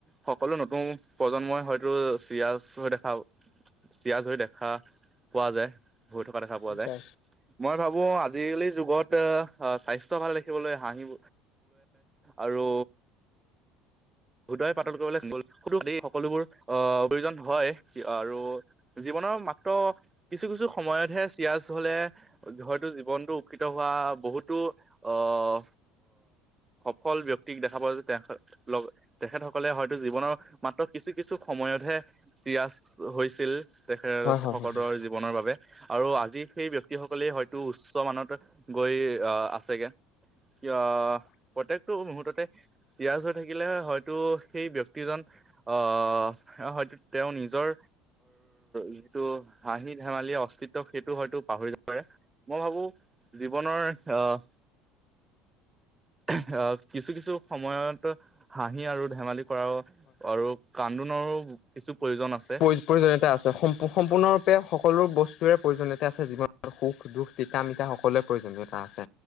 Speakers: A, on the right (about 20°); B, on the left (about 60°).
A: সকলো নতুন প্ৰজন্মই হয়তো চিৰিয়াচ হৈ দেখা চিয়াচ হৈ দেখা পোৱা যায় হৈ থকা দেখা পোৱা
B: বুজা।
A: যায় মই ভাবো আজিকালি যুগত আহ স্বাস্থ্য ভাল দেখিবলৈ হাঁহিব আৰু সদয়ে পাতল কৰিবলৈ গলুেই সকলোবোৰ অ প্ৰয়োজন হয় আৰু জীৱনৰ মাত্ৰ কিছু কিছু সময়তহে চিয়িয়জ হলে হয়তো জীৱনটো উপৎকৃত হোৱা বহুতো আহ সফল ব্য়ক্তিক দেখা পোৱা যে তেওঁ লগ তেখেতসকলে হয়তো জীৱনৰ মাত্ৰ কিছু কিছু সময়তহে চৰাছ হৈছিল তেখেত
B: হয় হয়
A: সকলোৰ
B: হয় হয়।
A: জীৱনৰ বাবে আৰু আজি সেই ব্য্য়ক্তি সকলেই হয়তো উচ্চ মানত গৈ আহ আছেগে আহ প্ৰত্য়েকটো মুহুৰ্ততে চিৰা চৰা থাকিলে হয় হয় সেই ব্য্য়ক্তিজন আহ হয়তো তেওঁ নিজৰ যিটো হাঁহিনি ধেমালি অস্তিত্ব সেইটো হয়তো পাহৰি যাব পাৰে মই ভাবো জীৱনৰ আহ আহ কিছু কিছু সময়ত হাঁহি আৰু ধেমালি কৰা আৰু কান্দোনৰো কিছু প্ৰয়োজন আছে।
B: প্ৰ প্ৰয়োজনীয়তা আছে সম সম্পূৰ্ণৰূপে সকলো বস্তুৰে প্ৰয়োজনীয়তা আছে জীৱনত সুখ দুখ তিতা মিঠা সকলোৰে প্ৰয়োজনীয়তা আছে